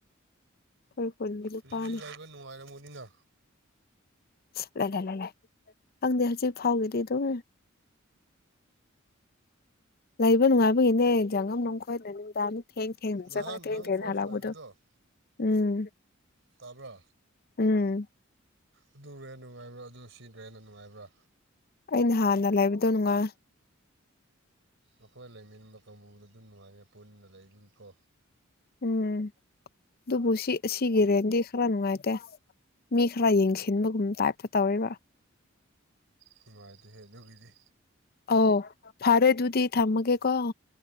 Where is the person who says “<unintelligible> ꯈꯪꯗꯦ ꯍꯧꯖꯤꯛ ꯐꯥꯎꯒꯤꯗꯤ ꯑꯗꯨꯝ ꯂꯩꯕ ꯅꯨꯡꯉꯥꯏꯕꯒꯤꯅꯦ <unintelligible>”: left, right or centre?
Left